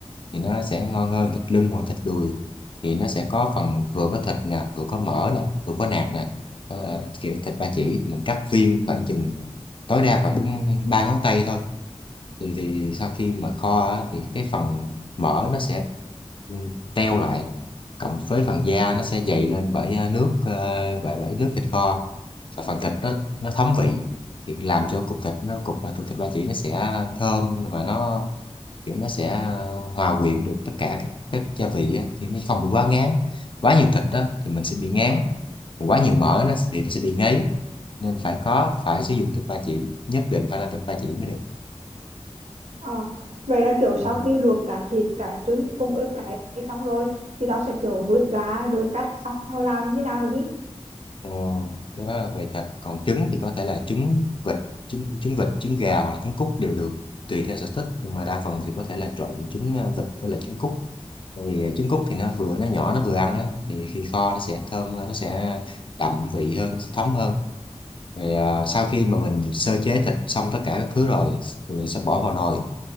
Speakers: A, on the left; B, on the right.
A: thì nó sẽ ngon hơn thịt lưng hoặc thịt đùi thì nó sẽ có phần vừa có thịt nè vừa có mỡ nè vừa có nạc nè Đó là kiểu thịt ba chỉ mình cắt viên khoảng chừng tối đa khoảng ba ngón tay thôi thì thì sau khi mà kho á, thì cái phần mỡ nó sẽ ừ, teo lại cộng với phần da nó sẽ dày lên bởi ờ, nước ờ, bởi bởi nước thịt kho và phần thịt nó nó thấm vị thì làm cho cục thịt nó cục và thịt ba chỉ nó sẽ thơm và nó kiểu nó sẽ ờ, hòa quyện được tất cả các, các gia vị á thì nó không bị quá ngán quá nhiều thịt đó thì mình sẽ bị ngán quá nhiều mỡ nó sẽ bị nó sẽ bị ngấy nên phải có phải sử dụng thịt ba chỉ nhất định phải là thịt ba chỉ mới được
B: Ờ, vậy là kiểu sau
A: Ừ.
B: khi luộc cả thịt cả trứng cùng ớt cay xong rồi thì tao sẽ kiểu vớt ra rồi cắt xong rồi làm thế nào nữa đi.
A: Ờ, cái đó là về thịt còn trứng thì có thể là trứng vịt trứng trứng vịt trứng gà hoặc là trứng cút đều được tùy theo sở thích nhưng mà đa phần thì có thể là trộn trứng ờ, vịt với lại trứng cút tại vì ờ, trứng cút thì nó vừa nó nhỏ nó vừa ăn đó thì khi kho nó sẽ thơm hơn nó sẽ đậm vị hơn nó sẽ thấm hơn rồi ờ, sau khi mà mình sơ chế thịt xong tất cả các thứ rồi rồi mình sẽ bỏ vào nồi